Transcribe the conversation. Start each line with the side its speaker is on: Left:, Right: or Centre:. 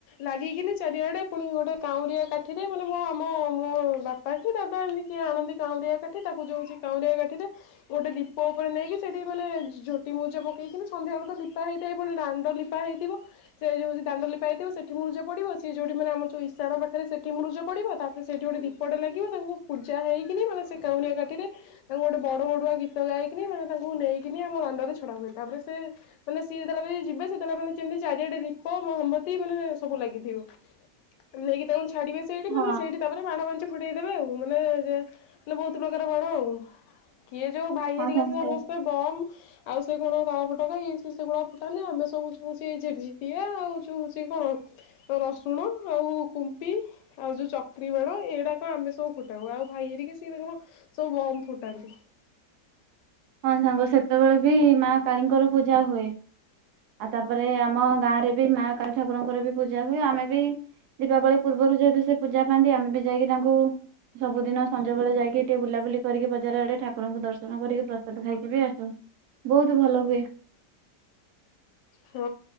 Left: ଲାଗିକିନି ଚାରିଆଡ଼େ ପୁଣି ଗୋଟେ କାଉରିଆ କାଠିରେ ମାନେ ମୋ ଆମ ମୋ ବାପା କି ଦାଦା ଏମିତି କିଏ ଆଣନ୍ତି, କାଉରିଆ କାଠି ତାକୁ ଯେଉଁ ହେଉଛି କାଉରିଆ କାଠିରେ ଗୋଟେ ଦୀପ ଉପରେ ନେଇକି ସେଇଠି ମାନେ ଝୋଟି ମୁରୁଜ ପକ୍ ଦେଇକି ସନ୍ଧ୍ୟାବେଳେ ତ ଲିପା ହୋଇଇଥାଏ ପୁଣି ଦାଣ୍ଡ ଲିପା ହୋଇଥିବ ସେ ଯେଉ ଦାଣ୍ଡ ଲିପା ହେଇଥିବ ସେଠି ମୁରୁଜ ପଡ଼ିବ ସିଏ ଯେଉଁଠି ମାନ ଆମର ଇଶାଣ ପାଖରେ ସେଠି ମୁରୁଜ ପଡ଼ିବ ତାପରେ ସେଇଠି ଗୋଟେ ଦୀପଟେ ଲାଗିବ ତାଙ୍କୁ ପୂଜା ହୋଇକି ମାନେ ସେ କାଉଁରିଆ କାଠିରେ ତାଙ୍କୁ ଗୋଟେ ବଡ଼ ବଡ଼ୁଆ ଗୀତ ଗାଇକି ମାନେ ତାଙ୍କୁ ନେଇକି ଆମ ଦାଣ୍ଡରେ ଛଡ଼ା ହୁଏ। ତାପରେ ସେ ମାନେ ସିଏ ଯେତେବେଳେ ବି ଯିବେ ସେତେବେଳେ ମାନେ ଯେମିତି ଚାରିଆଡେ ଦୀପ ମହମବତୀ ମାନେ ସବୁ ଲାଗିଥିବ। ନେଇକି ତାଙ୍କୁ ଛାଡ଼ିବେ ସେଇଠି
Right: ହଁ
Left: ମାନେ ସେଇଠି ତାପରେ ମାଣ ମଞ୍ଚ ଦେଇଦେବେ ଆଉ ମାନେ ଯେ ମାନେ ବୋହୁତ ପ୍ରକାର ବାଣ ଆଉ କିଏ ଯୋଉ ଭାଇ
Right: ହଁ
Left: ହେରିକି
Right: ସାଙ୍ଗ
Left: ତ ସମସ୍ତେ ବମ ଆଉ ସବୁ କଣ ତାଳ ଫଟକା ଇଏ ସିଏ ସେଗୁଡା ଫୁଟାନ୍ତି, ଆମେ ସବୁ ହଉଚି, ଝିକଝିକିଆ ଆଉ ଯୋଉ ହଉଛି କଣ ରସୁଣ ଆଉ କୁମ୍ପି ଆଉ ଯୋଉ ଚକ୍ରି ବାଣ ଏଇଗୁଡା କଣ ଆମେ ସବୁ ଫୁଟାଉ ଆଉ ଭାଇ ହେରିକା ସବୁ କଣ ସବୁ ବମ ଫୁଟାନ୍ତି।
Right: ହଁ ସାଙ୍ଗ ସେତେବେଳେ ବି ମା କାଳୀଙ୍କର ପୂଜା ହୁଏ। ଆଉ ତାପରେ ଆମ ଗାଁରେ ବି ମା କାଳୀ ଠାକୁରଙ୍କର ବି ପୂଜା ହୁଏ, ଆମେ ବି ଦୀପାବଳି ପୂର୍ବରୁ ଯେହେତୁ ସେ ପୂଜା ପାଆନ୍ତି ଆମେ ବି ଯାଇକି ତାଙ୍କୁ ସବୁଦିନ ସଞ୍ଜ ବେଳେ ଯାଇକି ଟିକେ ବୁଲାବୁଲି କରିକି ବଜାର ଆଡେରେ। କୁକୁରଙ୍କୁ ଦର୍ଶନ କରିକି ଖାଇକି ବି ଆସୁ ବୋହୁତ ଭଲ ହୁଏ। <inaudible>
Left: ହଁ